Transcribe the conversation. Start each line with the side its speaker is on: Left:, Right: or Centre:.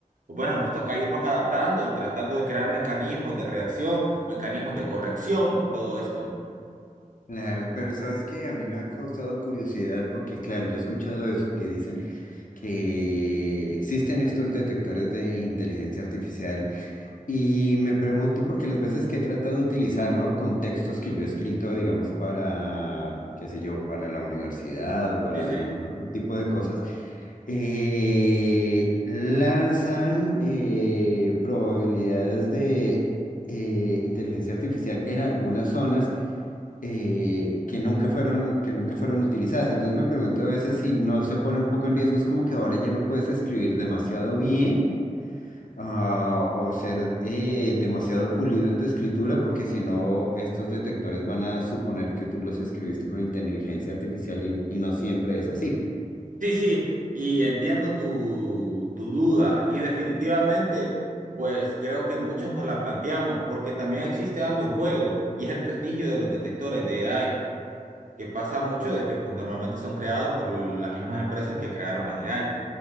Right: bueno, nos toca irnos adaptando y tratando de crear mecanismos de reacción, mecanismos de corrección y todo esto, ¿no?
Left: Claro, pero sabes que a mí me ha causado curiosidad porque, claro, yo he escuchado eso que dicen. que existen estos detectores de inteligencia artificial y me pregunto porque las veces que he tratado de utilizarlo con textos que yo he escrito, digamos, para, qué sé yo, para la universidad o para
Right: Sí, sí.
Left: algún otro tipo de cosas, eh, lanzan eh, probabilidades de... eh, inteligencia artificial en algunas zonas eh, que nunca fueron, que nunca fueron utilizadas. Entonces me pregunto a veces si no se pone un poco en riesgo, es como que ahora ya no puedes escribir demasiado bien ah, o ser eh, demasiado pulido en tu escritura, porque si no, estos detectores van a suponer que tú los escribiste con inteligencia artificial y, y no siempre es así.
Right: Sí, sí, y entiendo tu, tu duda y definitivamente, pues creo que muchos nos la planteamos porque también existe algo en juego y es el prestigio de los detectores de AI, que pasa mucho de que pues normalmente son creados por las mismas empresas que crearon las AI.